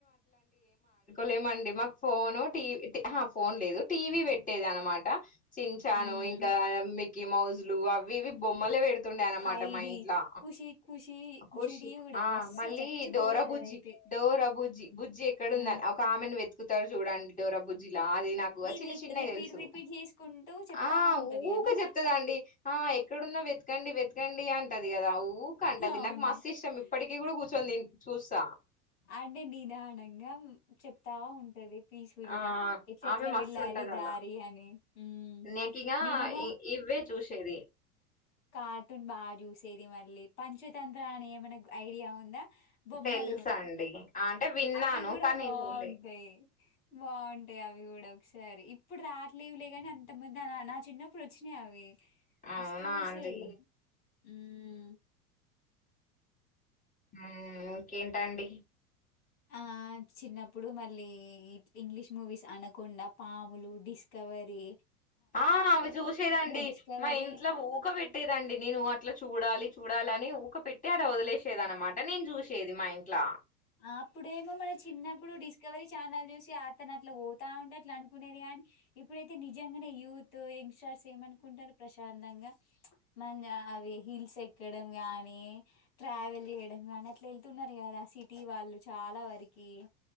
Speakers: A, on the left; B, on the left.
A: లేమండి మాకు ఫోను టీవీ ఆ ఫోన్ లేదు టీవీ పెట్టేది అన్నమాట చిన్ చాను
B: ఉమ్
A: ఇంకా మి మిక్కి మౌజులు అవి ఇవి బొమ్మలే వెడు తుండే అన్నమాట
B: హైడి
A: మా ఇంట్లో
B: ఖుషి ఖుషి
A: ఖుషి
B: టీవి కూడా
A: ఆ
B: బస్సు
A: మళ్ళీ
B: చచ్చిపోయేది
A: డోర బుజ్జి
B: అదైతే
A: డోర బుజ్జి బుజ్జి ఎక్కడ ఉందని
B: ఆ
A: ఒక ఆమెను వెతుకుతరు అని చూడండి డోర బుజ్జి ఇలా అది నాకు చిన్న
B: రి
A: చిన్నవి
B: రిపీట్
A: తెలుసు
B: రిపీట్ చేసుకుంటూ చెప్తా
A: ఆ
B: ఉంటది
A: ఊక
B: కదా
A: చెప్తది అండి ఆ ఎక్కడున్నా వెతకండి వెతకండి అంటది కదా ఊక అంటది
B: అవును
A: నాకు మస్తు ఇష్టం ఇప్పటికీ కూడా కూర్చొని తిం చూస్తా
B: అంటే నిదానంగా మ్ చెప్తా ఉంటది పీస్‌ఫుల్‌గా.
A: ఆ
B: ఎట్లెట్లా
A: ఆమె మస్త్
B: వెళ్ళాలి
A: ఉంటది అల్లా
B: దారి అని. హ్మ్.
A: నాకింగా
B: నేనేమో
A: ఇ ఇ ఈవే చూసేది
B: కార్టూన్ బాగా చూసేది మళ్లీ పంచతంత్ర అని ఏమన్నా ఐడియా ఉందా బొమ్మలు
A: తెలుసా అండి ఆ, అంటే విన్నాను
B: అవి కూడా
A: కానీ
B: బావుంటాయి
A: నేను చూడలే
B: బావుంటాయి అవి కూడా ఒకసారి ఇప్పుడు రావట్లేవు గాని అంతముందు నా చిన్నప్పుడు వచ్చినాయి అవి
A: అవునా
B: మస్త్ చూసేది
A: అండి
B: ఊమ్
A: మ్ ఇంకేంటండి
B: ఆ చిన్నప్పుడు మళ్లీ ఇంగ్లీష్ మూవీస్ అనకొండ పాములు డిస్క వరి
A: ఆ అవి చూసేదండి
B: 'డిస్కవరీ'.
A: మా ఇంట్లో ఊక పెట్టేదండి నేను అట్లా చూడాలి చూడాలని ఊక పెట్టి ఆడ వదిలేసేది అన్నమాట నేను చూసేది మా ఇంట్లా
B: అప్పుడేమో మన చిన్నప్పుడు డిస్కవరి ఛానల్ చూసి అతను అట్లా పోతా ఉంటే అట్లా అనుకునేది కానీ నీ ఇప్పుడైతే నిజంగానే యూత్ యంగ్స్టర్స్ ఏమనుకుంటారు ప్రశాంతంగా మ అవి హిల్స్ ఎక్కడం గాని ట్రావెల్ చేయడం గానీ అట్లా వెళ్తున్నారు కదా సి టీ వాళ్లు చాలా వరకి